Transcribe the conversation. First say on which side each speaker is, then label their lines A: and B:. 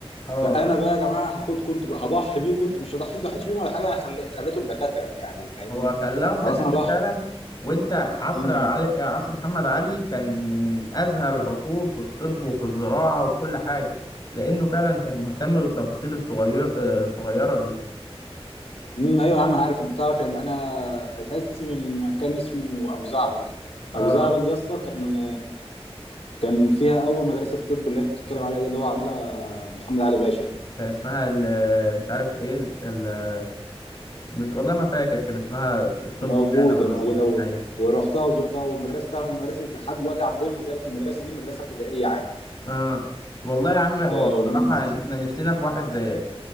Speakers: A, on the left; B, on the left.
A: اه
B: فانا بقى يا جماعه هاخد كنت بقى هضحي بيه كنت مش هضحي ضحيتش بيهم ولا حاجه انا خلي... خليتهم دكاتره يعني فاهمني
A: هو خلاهم
B: خلاص
A: دكاتره
B: انا ضحي
A: فعلا وانت عصر
B: امم
A: علي... عصر محمد علي كان من ازهى العصور في الطب وفي الزراعه وفي كل حاجه لانه فعلا كان مهتم بالتفاصيل الصغير آه، الصغيره دي
B: امم ايوه يا عم انا عارف انت تعرف يعني انا اساسي من مكان اسمه ابو زعبل
A: اه
B: ابو زعبل دي اصلا كان كان فيها اول مدرسه طب اللي انت بتتكلم عليها دي اللي هو عاملها محمد علي باشا دي
A: كان اسمها ال... مش عارف ايه ال... ال- مش والله ما فاكر كان اسمها الطب
B: موجوده
A: خانه ولا
B: موجوده
A: كان اسمها
B: و...
A: ايه
B: ورحتها وزرتها والمدرسه تعرف المدرسه لحد دلوقتي عندنا ما زالت المدرسه دي مدرسه ابتدائيه عادي
A: آه. والله يا عم هو
B: الى
A: بصراحة
B: يومنا هذا
A: يعني احنا نفسنا في واحد زي